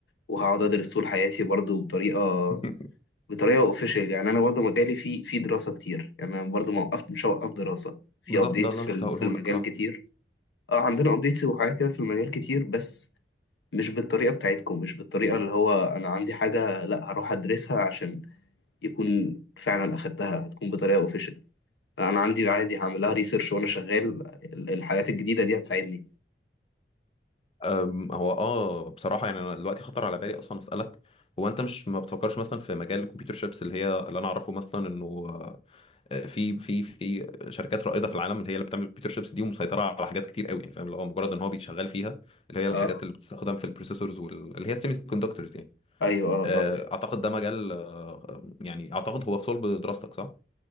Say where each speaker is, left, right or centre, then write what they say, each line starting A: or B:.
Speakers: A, on the left (about 85°); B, on the left (about 30°).
A: وهقعد ادرس طول حياتي برضو بطريقه
B: <laughs>
A: بطريقه اوفيشال يعني انا برضو مجالي في في دراسه كتير يعني انا برضو ما وقفت مش هوقف دراسه في
B: بالظبط
A: ابديتس
B: ده اللي
A: في
B: انا كنت
A: ال-
B: هقوله
A: في المجال
B: لك اه
A: كتير اه عندنا ابديتس وحاجات كده في المجال كتير بس مش بالطريقه بتاعتكم مش بالطريقه اللي هو انا عندي حاجه لا هروح ادرسها عشان يكون فعلا اخدتها هتكون بطريقه اوفيشال انا عندي عادي هعملها ريسيرش وانا شغال ال- الحاجات الجديده دي هتساعدني
B: أم، هو اه بصراحة يعني انا دلوقتي خطر على بالي اصلا اسألك هو انت مش ما بتفكرش مثلا في مجال الكمبيوتر شيبس اللي هي اللي انا اعرفه مثلا انه آه، في في في شركات رائدة في العالم اللي هي اللي بتعمل الكمبيوتر شيبس دي ومسيطرة على حاجات كتير قوي يعني فاهم اللي هو مجرد ان هو بيتشغل فيها اللي هي
A: اه
B: الحاجات اللي بتستخدم في البروسيسورز واللي هي السيمي كوندكتورز يعني
A: ايوه اه
B: آه،
A: اه
B: اعتقد ده مجال آه، يعني اعتقد هو في صلب دراستك صح؟